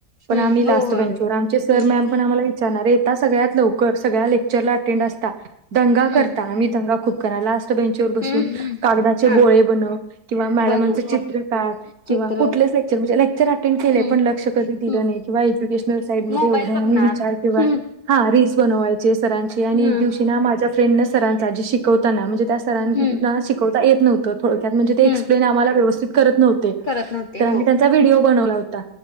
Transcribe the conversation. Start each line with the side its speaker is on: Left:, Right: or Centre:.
Right: पण
Left: हम्म
Right: आम्ही
Left: हो
Right: लास्ट
Left: हो
Right: बेंचवर
Left: हो
Right: आमचे सर
Left: हम्म
Right: मम पण आम्हाला विचारणार, येता सगळ्यात लवकर सगळ्या लेक्चरला अटेंड असता. दंगा
Left: हम्म
Right: करता, आम्ही दंगा खूप करायला अस बेंच वर बसून,
Left: हम्म हम्म
Right: कागदाचे
Left: हा
Right: बोळे बनव किंवा मॅडमांचं
Left: बनव
Right: चित्र काढ.
Left: चित्र
Right: किंवा कुठलच लेक्चर म्हणजे, लेक्चर अटेंड केले
Left: हम्म
Right: पण लक्ष कधी दिलं
Left: हम्म
Right: नाही किंवा एज्युकेशनल साईड मध्ये
Left: मोबाईल
Right: एवढ्या
Left: बघणार
Right: आम्ही, <unintelligible>
Left: हम्म
Right: हा रिल्स बनवायचे सरांची आणि
Left: हम्म
Right: एक दिवशी ना माझ्याच फ्रेंड अ सरांचा, जे शिकवताना म्हणजे त्या सरांना
Left: हम्म
Right: शिकवता येत नव्हं थोडक्यात म्हणजे ते
Left: हम्म
Right: एक्सप्लेन आम्हांला व्यवस्थित करत नव्हते,
Left: करत नव्हते
Right: तर आम्ही
Left: हो
Right: त्यांचा व्हिडिओ बनवला होता.